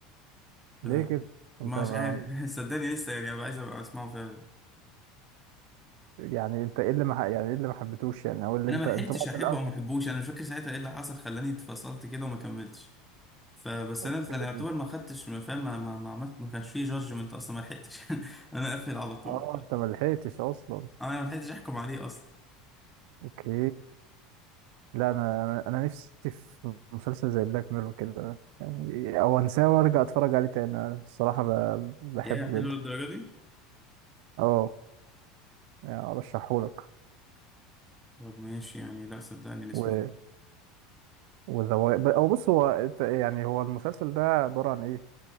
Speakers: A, in the centre; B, on the right.
A: ف
B: ليه كده
A: مش
B: انت ما
A: عارف <laughs> صدقني لسه يعني أبقى عايز ابقى اسمعه فعلا
B: يعني انت ايه اللي ما ح- يعني ايه اللي ما حبيتوش يعني او اللي
A: انا
B: انت
A: ما لحقتش
B: انت بقى
A: احبه
B: في الاول
A: او ما احبوش انا مش فاكر ساعتها ايه اللي حصل خلاني اتفصلت كده وما كملتش فبس انا
B: اوكي
A: انا يعتبر ما خدتش ما فاهم ما, ما, ما عملت ما كانش فيه جادجمنت اصلا ما لحقتش <laughs> انا قافل على طول
B: اه انت ما لحقتش اصلا
A: آه، انا ما لحقتش احكم عليه اصلا
B: اوكي لا انا انا أنا نفسي في مسلسل زي بلاك ميرور كده يعني او انساه وارجع اتفرج عليه تاني أنا الصراحه ب- بحبه
A: يا حلو
B: جدا
A: للدرجه دي
B: اه يعني ارشحهولك
A: طب ماشي يعني لا صدقني نسمع
B: و وذوي او بص هو إت- يعني هو المسلسل ده عباره عن ايه